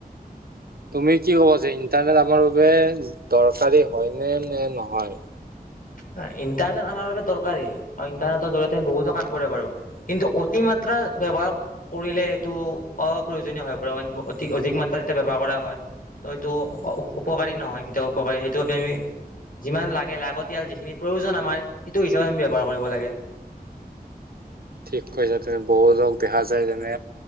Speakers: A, on the right (about 70°); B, on the left (about 60°).
A: তুমি কি ক'বা যে ইণ্টাৰনেট আমাৰ বাবে দৰকাৰী হয় নে নে নহ হয়।
B: না ইণ্টাৰনেট আমাৰ বাবে দৰকাৰী কাৰণ‌ ইণ্টাৰনেটৰ জৰিয়তে আমি বহুতো কাম কৰিব পাৰো, কিন্তু অতিমাত্ৰ ত্ৰা আপোনাৰ ব্যৱহাৰ কৰিলে সেইটো অপ্ৰয়োজনীয় হৈ পৰে। <unintelligible> অধিক - অধিক মাত্ৰা যেতিয়া ব্যৱহাৰ কৰা হয়। ত' সেইটো অ - উপ - উপকাৰী নহয় কেতিয়াও উপকাৰী সেইটো বাবে আমি যিমান লাগে লাগত তিয়াল যিখিনি প্ৰয়োজন আমাৰ সিটো হিচাবে আমি ব্যৱহাৰ কৰিব লাগে।
A: ঠিক কৈছে তুমি বহুতক দেখা যায় যেনে‌